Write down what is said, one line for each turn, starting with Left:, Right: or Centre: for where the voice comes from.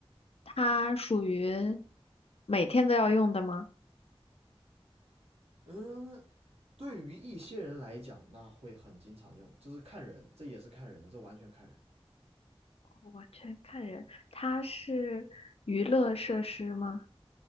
Left: 它属于每天都要用的吗？
Right: 嗯，对于一些人来讲，那会很经常用，就是看人，这也是看人的，这完全看人，
Left: 我全看人，它是娱乐设施吗？